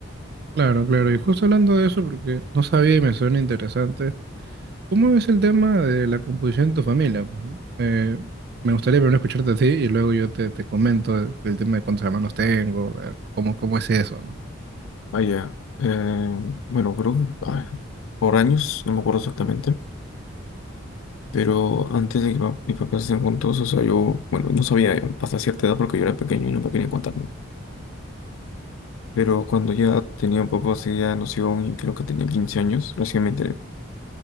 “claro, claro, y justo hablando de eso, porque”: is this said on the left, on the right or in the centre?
Right